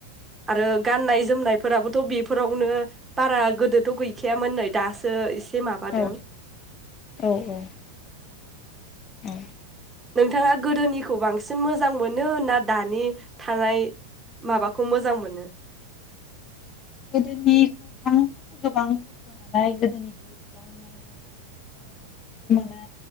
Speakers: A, on the right (about 15°); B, on the left (about 35°).
A: <inaudible> आरो गाननाय जोमनाय फोराबोथ बेफोरावनो बारा गोदोथ गैखायामोन नै दोसो एसे माबादों
B: औ औ औ औ
A: नोंथाङा गोदोनिखौ बांसिन मोजां मोनो ना दानि थानाय माबाखौ मोजां मोनो?
B: गोदोनिखौ थाङोब्ला गोबां खस्थ नालाय गोदोनिखौ इसेबां माने साबजानायखौ मोना